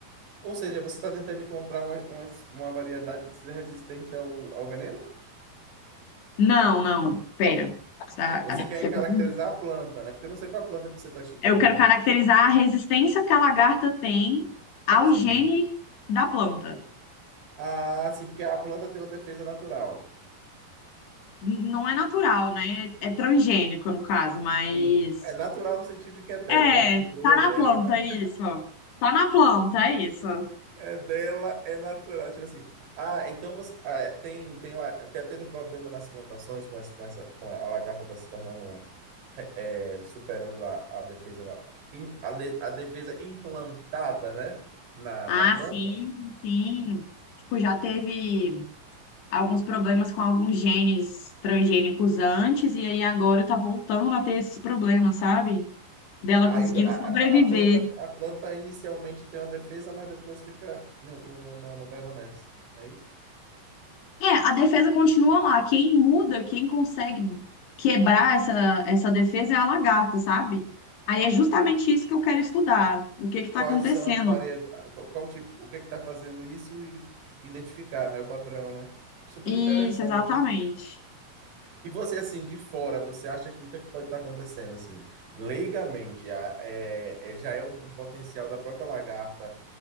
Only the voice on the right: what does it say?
Ou seja, você está tentando encontrar uma, uma, uma variedade que seja resistente ao, ao veneno?
Você
quer
caracterizar
a planta, né? Porque eu não sei qual é a planta que você está estudando.
Sim.
Ah, sim, porque a planta tem uma defesa natural.
Sim. É natural no sentido de que é dela.
Ela comprou,
é
dela,
é ca-
<laughs> é dela, é natural. Tipo assim. Ah, então você. ah, é, tem, tem lá. Tá tendo problema nas plantações com essa, com essa. com a a lagarta está se tornando. é, superando a, a defesa. na- in- A, le- a defesa implantada, né? Na,
na planta.
Aí
a,
a, a planta, a planta inicialmente tem uma defesa, mas depois fica, não, não, não, não, não permanece, não é isso?
Quais
são as variedades, qual, qual tipo, o que está fazendo isso e identificar, né, o padrão, né? Super
interessante.
E você, assim, de fora, você acha que o que, é que pode estar acontecendo, assim, leigamente, a- é, é- já é um, um potencial da própria lagarta